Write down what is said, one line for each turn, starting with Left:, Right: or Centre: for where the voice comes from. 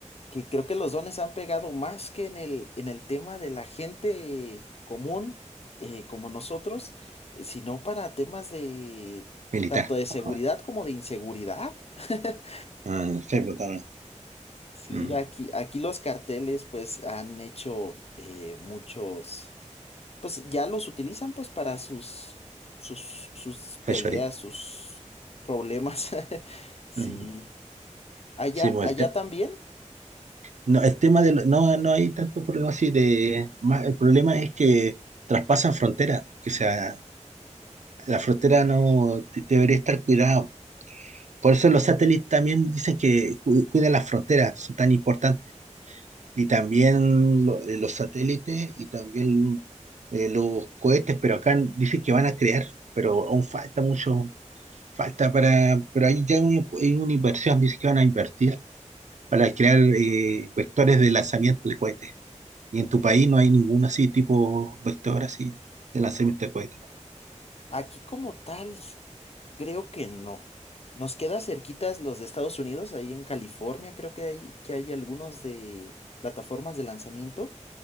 Left: que creo que los dones han pegado más que en el, en el tema de la gente común, eh, como nosotros, eh, sino para temas de
Right: Militar,
Left: tanto de seguridad
Right: ¿o no?
Left: como de inseguridad. <laughs>
Right: Ah, sí, pues, también.
Left: Sí,
Right: Mm,
Left: aquí, aquí los carteles pues han hecho eh, muchos. pues ya los utilizan pues para sus, sus, sus
Right: fechoría.
Left: peleas, sus problemas. <laughs> Sí.
Right: Mm.
Left: Allá,
Right: Sí, pues,
Left: allá
Right: el tema
Left: también,
Right: no, el tema de lo- no, no hay tanto problema así de más, el problema es que traspasan fronteras, que sea la frontera no de- debería estar cuidada. Por eso los satélites también dicen que cu- cuidan las fronteras, son tan importantes. Y también lo- eh, los satélites y también eh, los cohetes, pero acá dicen que van a crear, pero aún falta mucho, falta para, pero ahí ya hay, hay una inversión, dicen que van a invertir para crear eh, vectores de lanzamiento de cohetes. Y en tu país no hay ningún así tipo vector así de lanzamiento de cohetes.
Left: aquí como tal, creo que no. Nos queda cerquitas los de Estados Unidos, ahí en California, creo que hay, que hay algunos de plataformas de lanzamiento.